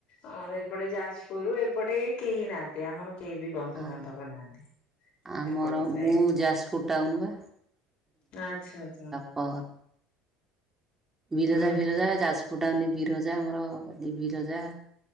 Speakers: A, on the left; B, on the right.
A: ଅଁ ଏପଟେ ଯାଜପୁର ଏପଟେ କେହି ନାହାନ୍ତି ଆମର। କେହି ବି ବନ୍ଧୁବାନ୍ଧବ
B: ଆ
A: ନାହାନ୍ତି,
B: ଆମର
A: ସେପଟ ସାଇଡ୍।
B: ମୁଁ ଯାଜପୁର ଟାଉନ ବା।
A: ଆଚ୍ଛା ଆଚ୍ଛା।
B: ପର୍ ବିରଜା
A: ହୁଁ
B: ଫିରଜା ଯାଜପୁର ଟାଉନ୍ ବିରଜା ଆମର ଏଠି ବିରଜା